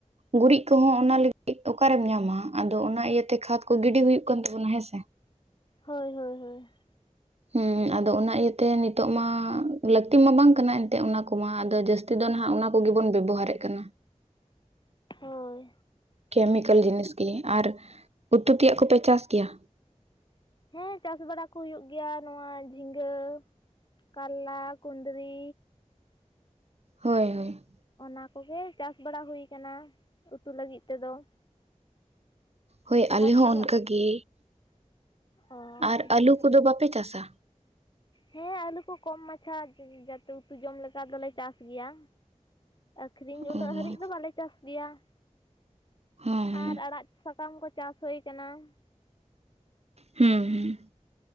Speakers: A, on the right (about 55°); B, on the left (about 35°).
A: ᱜᱩᱨᱤᱡ ᱠᱚᱦᱚᱸ ᱚᱱᱟ ᱞᱟᱹᱜᱤᱫ ᱚᱠᱟᱨᱮᱢ ᱧᱟᱢᱟ ᱟᱫᱚ ᱚᱱᱟ ᱤᱭᱟᱹᱛᱮ ᱠᱷᱟᱫᱽ ᱠᱚ ᱜᱤᱰᱤ ᱦᱩᱭᱩᱜ ᱠᱟᱱ ᱛᱟᱵᱚᱱᱟ ᱦᱮᱸᱥᱮ᱾
B: ᱦᱚᱭ ᱦᱚᱭ ᱦᱚᱭ ᱾
A: ᱦᱮᱸ ᱟᱫᱚ ᱚᱱᱟ ᱤᱭᱟᱹᱛᱮ ᱱᱤᱛᱚᱜ ᱢᱟ ᱞᱟᱹᱠᱛᱤ ᱢᱟ ᱵᱟᱝ ᱠᱟᱱᱟ ᱮᱱᱛᱮᱜ ᱚᱱᱟ ᱠᱚᱢᱟ ᱟᱫᱚ ᱡᱟᱹᱥᱛᱤ ᱛᱮᱫᱚ ᱱᱟᱦᱟᱜ ᱚᱱᱟ ᱠᱚᱜᱮ ᱵᱚᱱ ᱵᱮᱵᱚᱦᱟᱨᱮᱫ ᱠᱟᱱᱟ ᱾
B: ᱦᱚᱭ ᱾
A: ᱠᱮᱢᱤᱠᱮᱞ ᱡᱤᱱᱤᱥ ᱜᱮ, ᱟᱨ ᱩᱛᱩ ᱛᱮᱭᱟᱜ ᱠᱚᱯᱮ ᱪᱟᱥ ᱜᱮᱭᱟ?
B: ᱦᱮᱸ ᱪᱟᱥ ᱵᱟᱲᱟ ᱠᱚ ᱦᱩᱭᱩᱜ ᱜᱮᱭᱟ ᱱᱚᱣᱟ ᱡᱷᱤᱱᱜᱟᱹ, ᱠᱟᱨᱞᱟ, ᱠᱩᱫᱽᱨᱤ
A: ᱦᱟᱭ ᱦᱟᱭ ᱾
B: ᱚᱱᱟ ᱠᱚᱜᱮ ᱪᱟᱥ ᱵᱟᱲᱟ ᱦᱩᱭ ᱟᱠᱟᱱᱟ ᱩᱛᱩ ᱞᱟᱹᱜᱤᱫ ᱛᱮᱫᱚ ᱾
A: ᱦᱚᱭ ᱟᱞᱮ ᱦᱚᱸ
B: ᱛᱤᱱᱟᱹᱜ
A: ᱚᱱᱠᱟᱟᱜᱮ ᱾
B: ᱚ
A: ᱟᱨ
B: ᱟᱪᱪᱷᱟ
A: ᱟᱹᱞᱩ ᱠᱚᱫᱚ ᱵᱟᱯᱮ ᱪᱟᱥᱟ?
B: ᱦᱮᱸ ᱟᱞᱩ ᱠᱚ ᱠᱚᱢ ᱢᱟᱪᱷᱟ, ᱡᱟᱛᱮ ᱩᱛᱩ ᱡᱚᱢ ᱞᱮᱠᱟ ᱫᱚᱞᱮ ᱪᱟᱥ ᱜᱮᱭᱟ ᱾ ᱟᱹᱠᱷᱨᱤᱧ ᱩᱱᱟᱹᱜ
A: ᱚ
B: ᱦᱟᱹᱨᱤᱡ
A: ᱦᱚᱸ
B: ᱫᱚ ᱵᱟᱞᱮ ᱪᱟᱥ ᱜᱮᱭᱟ ᱾
A: ᱦᱚᱸ
B: ᱟᱨ ᱟᱲᱟᱜ ᱥᱟᱠᱟᱢ ᱠᱚ ᱪᱟᱥ ᱦᱩᱭ ᱠᱟᱱᱟ ᱾
A: ᱦᱩᱸ ᱦᱩᱸ